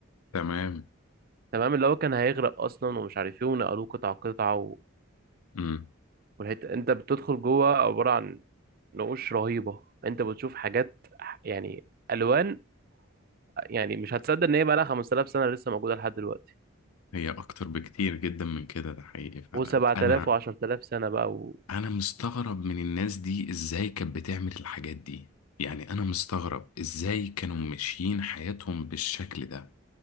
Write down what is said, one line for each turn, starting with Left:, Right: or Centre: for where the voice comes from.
Left: تمام
Right: تمام اللي هو كان هيغرق اصلا ومش عارف ايه ونقلوه قطعه قطعه و...
Left: امم
Right: والحته انت بتدخل جوه عباره عن نقوش رهيبه انت بتشوف حاجات يعني الوان يعني مش هتصدق ان هي بقى لها 5000 سنه لسه موجوده لحد دلوقتي
Left: هي أكتر بكتير جدا من كده ده حقيقي فعلا
Right: و7000
Left: أنا
Right: و10000 سنة بقى و...
Left: انا مستغرب من الناس دي ازاي كانت بتعمل الحاجات دي يعني انا مستغرب ازاي كانوا ماشيين حياتهم بالشكل ده